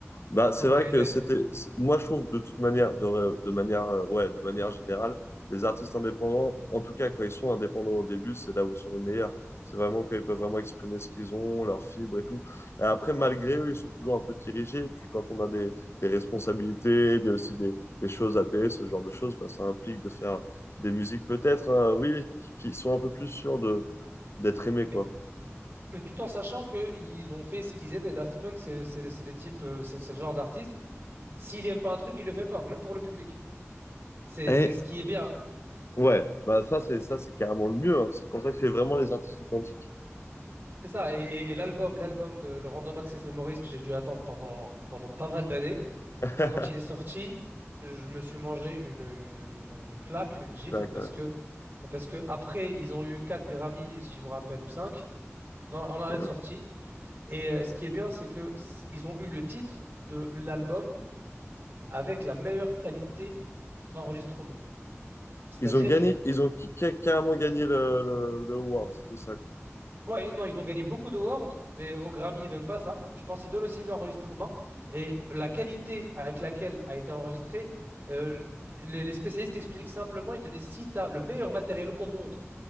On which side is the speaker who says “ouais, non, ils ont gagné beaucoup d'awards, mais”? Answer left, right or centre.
Right